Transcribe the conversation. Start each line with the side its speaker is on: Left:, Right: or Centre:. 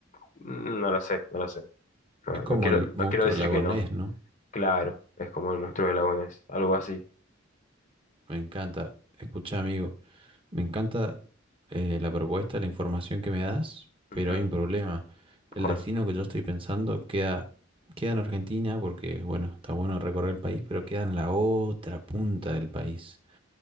Left: mm, no lo sé, no lo sé. No,
Right: Es
Left: no
Right: como
Left: quiero,
Right: el monstruo
Left: no quiero decir
Right: lagonés,
Left: que no.
Right: ¿no?
Left: Claro, es como el monstruo de lagones, algo así.
Right: Me encanta. Escucha, amigo, me encanta eh, la propuesta, la información que me das, pero
Left: Ujú.
Right: hay un problema. El
Left: ¿Cuál?
Right: destino que yo estoy pensando queda, queda en Argentina porque, bueno, está bueno recorrer el país, pero queda en la otra punta del país.